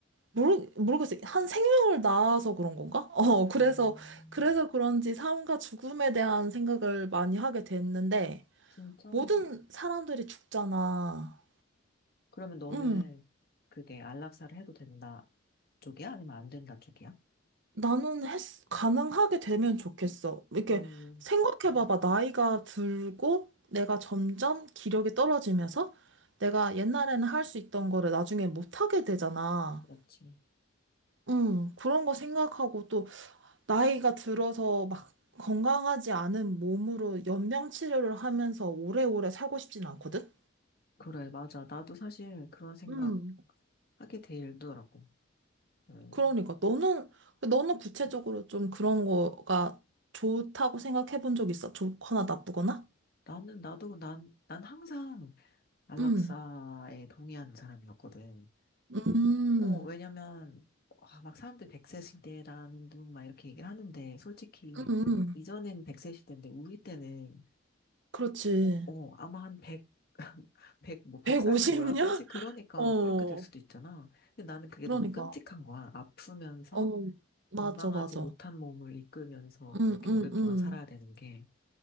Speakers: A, on the right (about 65°); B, on the left (about 50°).
A: 모르, 모르겠어요. 한 생명을 낳아서 그런 건가? <laughs> 어, 그래서,
B: 음,
A: 그래서 그런지 삶과 죽음에 대한 생각을 많이 하게 됐는데,
B: 진짜지.
A: 모든 사람들이 죽잖아.
B: 그러면 너는
A: 응,
B: 그게 안락사를 해도 된다 쪽이야? 아니면 안 된다 쪽이야?
A: 나는 했, 가능하게 되면 좋겠어. 이렇게
B: 음,
A: 생각해봐봐. 나이가 들고, 내가 점점 기력이 떨어지면서, 내가 옛날에는 할 수 있던 거를 나중에 못하게 되잖아.
B: 그렇지.
A: 응, 그런 거 생각하고 또, 나이가 들어서 막 건강하지 않은 몸으로 연명 치료를 하면서 오래오래 살고 싶진 않거든?
B: 그래, 맞아. 나도 사실 그런 생각
A: 음.
B: 하게 되더라고. 음,
A: 그러니까 너는 너는 구체적으로 좀 그런 거가 좋다고 생각해 본 적 있어? 좋거나 나쁘거나?
B: 나는, 나도, 난, 난 항상 안락사에
A: 음.
B: 동의하는 사람이었거든.
A: 음.
B: 어, 왜냐면, 아, 막 사람들 100세 시대라는 둥막 이렇게 얘기를 하는데, 솔직히,
A: 음. 음.
B: 이전엔 100세 시대인데, 우리 때는,
A: 그렇지.
B: 어, 어, 아마 한 100, <laughs> 뭐, 백
A: 150년?
B: 살이 뭐야, 그지? 그러니까,
A: <laughs> 어.
B: 그렇게 될 수도 있잖아. 근데 나는 그게
A: 그러니까.
B: 너무 끔찍한 거야. 아프면서,
A: 어. 맞아,
B: 건강하지
A: 맞아.
B: 못한 몸을 이끌면서 그렇게
A: 음, 음,
B: 오랫동안
A: 음.
B: 살아야 되는 게.